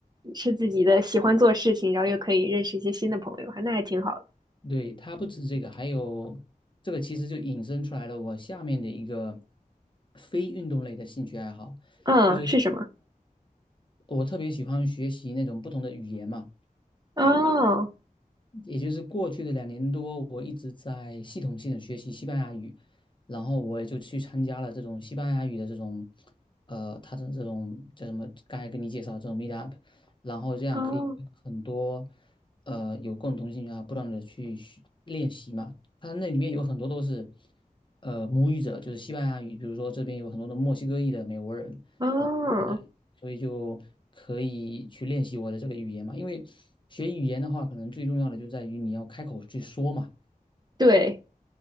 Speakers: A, on the right (about 30°); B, on the left (about 35°).
A: 是自己的喜欢做事情，然后又可以认识一些新的朋友，还那还挺好的。
B: 对，它不止这个，还有这个其实就引申出来了我下面的一个非运动类的兴趣爱好，
A: 嗯，
B: 就是
A: 是什么？
B: 我特别喜欢学习那种不同的语言嘛。
A: 哦
B: 也就是过去的两年多，我一直在系统性的学习西班牙语，然后我也就去参加了这种西班牙语的这种，呃，他的这种叫什么？刚才跟你介绍这种 meet up，然后这样可以跟很多，
A: 哦
B: 呃，有共同兴趣啊，不断的去学练习嘛。他那里面有很多都是，呃，母语者，就是西班牙语，比如说这边有很多的墨西哥裔的美国人，
A: 哦，
B: 在那里，所以就可以去练习我的这个语言嘛。因为学语言的话，可能最重要的就在于你要开口去说嘛。
A: 对，